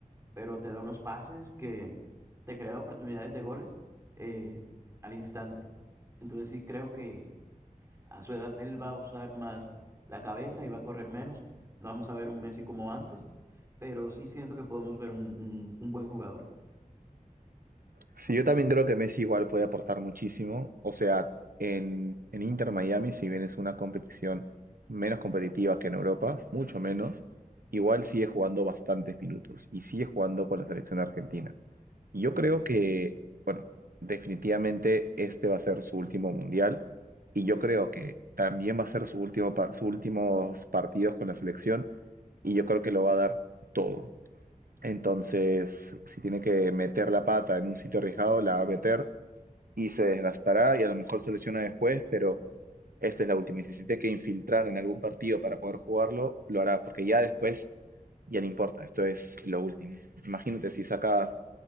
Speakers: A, on the right; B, on the right.
A: pero te da unos pases que te crea oportunidades de goles eh, al instante. Entonces sí creo que a su edad él va a usar más la cabeza y va a correr menos. No vamos a ver un Messi como antes, pero sí siento que podemos ver un, un, un buen jugador.
B: Sí, yo también creo que Messi igual puede aportar muchísimo. O sea, en, en Inter Miami, si bien es una competición menos competitiva que en Europa, mucho menos, igual sigue jugando bastantes minutos y sigue jugando con la selección argentina. Y Yo creo que, bueno, definitivamente este va a ser su último mundial y yo creo que también va a ser su último, pa- sus últimos partidos con la selección y yo creo que lo va a dar todo. Entonces, si tiene que meter la pata en un sitio arriesgado, la va a meter y se desgastará y a lo mejor se lesiona después, pero esta es la última. Y si se tiene que infiltrar en algún partido para poder jugarlo, lo hará, porque ya después ya no importa, esto es lo último. Imagínate si saca